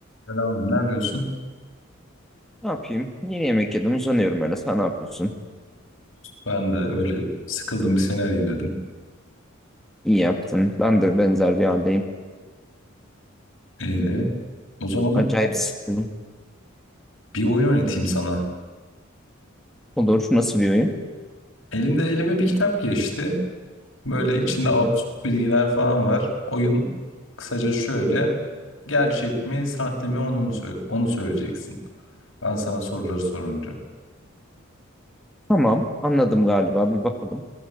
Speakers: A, on the left; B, in the centre.
A: Selam, ne yapıyorsun?
B: Ne yapayım? Yeni yemek yedim uzanıyorum öyle. Sen ne yapıyorsun?
A: Ben de öyle sıkıldım bir seni arayayım dedim.
B: İyi yaptın. Ben de benzer bir haldeyim.
A: İyiydi. O zaman
B: Acayip sıkıldım.
A: bir oyun oynatayım sana.
B: Olur. Nasıl bir oyun?
A: Elimde elime bir kitap geçti. Böyle içinde
B: Hı
A: absürt
B: hı.
A: bilgiler falan var. Oyun kısaca şöyle. Gerçek mi, sahte mi onu mu sö- onu söyleyeceksin. Ben sana soruları sorunca.
B: Tamam. Anladım galiba. Bir bakalım.